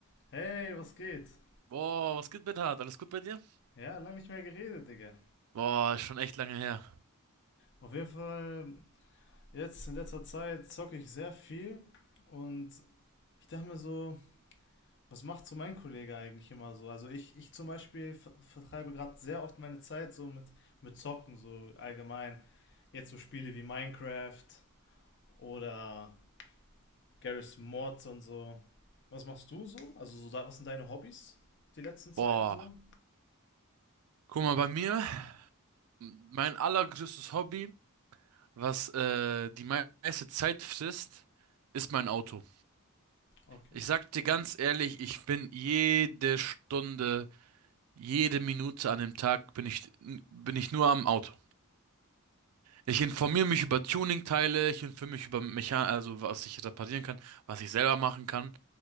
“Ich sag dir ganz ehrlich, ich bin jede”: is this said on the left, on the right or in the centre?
Right